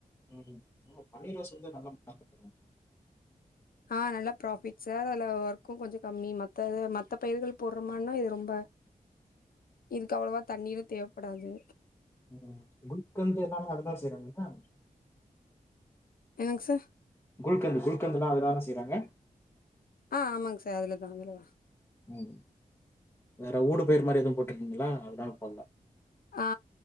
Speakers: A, on the left; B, on the left.
A: ம் ஓ பன்னீர் ரோஸ் வந்து நல்லா <inaudible>
B: ஆ நல்லா ப்ராஃபிட் சார் அதுல ஒர்க்கு கொஞ்சோ கம்மி மத்த மத்த பயிர்கள் போட்றமான்னா இது ரொம்ப இதுக்கு அவ்வளவா தண்ணீரு தேவப்படாது
A: ம் குல்கந்து எல்லாமே அதுல செய்றாங்ளா
B: என்னங்க சார்
A: குல்கந்து குல்கந்துனா அதுலதான செய்றாங்க
B: ஆ ஆமாங் சார் அதுலதா அதுலதா
A: ம் வேற ஊடு பயிர் மாரி எது போட்ருக்கீங்ளா அதுலா போட்ல
B: ஆ